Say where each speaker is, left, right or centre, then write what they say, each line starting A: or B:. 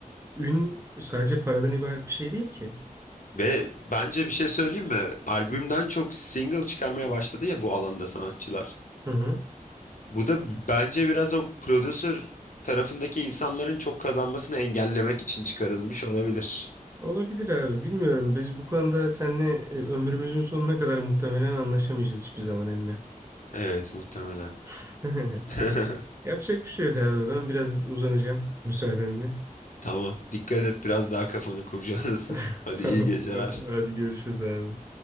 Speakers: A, on the right; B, on the left.
A: ün sadece paradan ibaret bir şey değil ki.
B: Ve bence bir şey söyleyeyim mi? Albümden çok single çıkarmaya başladı ya bu alanda sanatçılar.
A: Hı hı.
B: Bu da bence biraz o prodüser tarafındaki insanların çok kazanmasını engellemek için çıkarılmış olabilir.
A: Olabilir abi. Bilmiyorum. Biz bu konuda seninle e, ömrümüzün sonuna kadar muhtemelen anlaşamayacağız hiçbir zaman emmi.
B: Evet muhtemelen.
A: <laughs>
B: <laughs>
A: Yapacak bir şey yok abi. Ben biraz uzanacağım müsaadenle.
B: Tamam. Dikkat et biraz daha kafanı kurcalasın.
A: <laughs>
B: Hadi
A: Tamam,
B: iyi geceler.
A: tamam. Hadi görüşürüz abi.